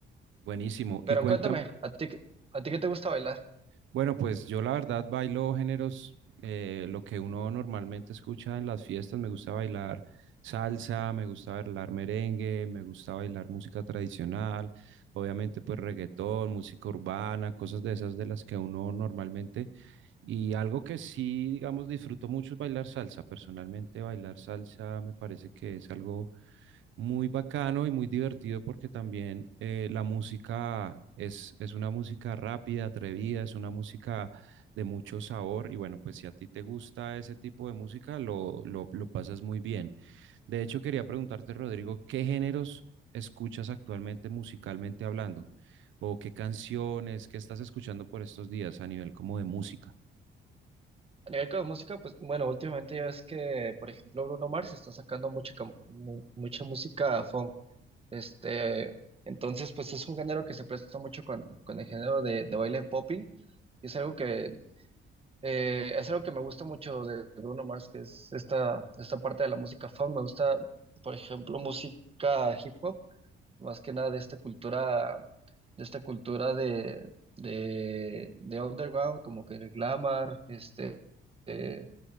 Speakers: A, on the right (about 75°); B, on the right (about 30°).
A: Buenísimo, y
B: Pero
A: cuéntame,
B: cuéntame, ¿a ti, qué- a ti qué te gusta bailar?
A: Bueno, pues yo la verdad bailo géneros, eh, lo que uno normalmente escucha en las fiestas. Me gusta bailar salsa, me gusta bailar merengue, me gusta bailar música tradicional, obviamente pues reggaetón, música urbana, cosas de esas de las que uno normalmente. Y algo que sí, digamos, disfruto mucho es bailar salsa. Personalmente bailar salsa me parece que es algo muy bacano y muy divertido porque también eh, la música es, es una música rápida, atrevida, es una música de mucho sabor y bueno, pues si a ti te gusta ese tipo de música, lo, lo, lo pasas muy bien. De hecho, quería preguntarte, Rodrigo, ¿qué géneros escuchas actualmente musicalmente hablando? ¿O qué canciones, qué estás escuchando por estos días a nivel como de música?
B: A nivel de música, pues bueno, últimamente ya ves que, por ejemplo, Bruno Mars está sacando mucha, cam- mu- mucha música funk. Este, entonces, pues es un género que se presta mucho con, con el género de, de baile popping. Y es algo que, eh, es algo que me gusta mucho de Bruno Mars, que es esta, esta parte de la música funk. Me gusta, por ejemplo, música hip hop, más que nada de esta cultura. de esta cultura de, de, de underground, como que el glamour, este, eh,